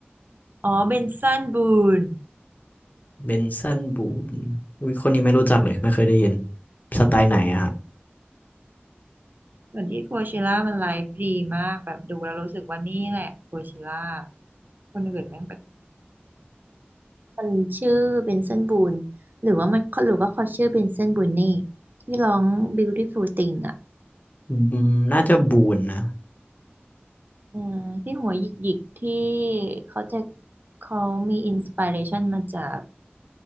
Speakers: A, on the right; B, on the left.
A: อ๋อเบนซันบูน
B: เบนซันบูมอุ้ยคนนี้ไม่รู้จักเลยไม่เคยได้ยินสไตล์ไหนอะฮะ
A: เหมือนที่โคเชล่ามันไลฟ์ดีมากแบบดูแล้วรู้สึกว่านี่แหละโคเชล่าคนอื่นแม่งแบบมันชื่อเบนเซนบูนหรือว่ามันหรือว่าเขาชื่อเบนเซนบูนนี่ที่ร้อง Beautiful Thing อ่ะ
B: อืมน่าจะบูนนะ
A: อืมที่หัวหยิกๆที่เขาจะเขามีอินสปิเรชันมาจาก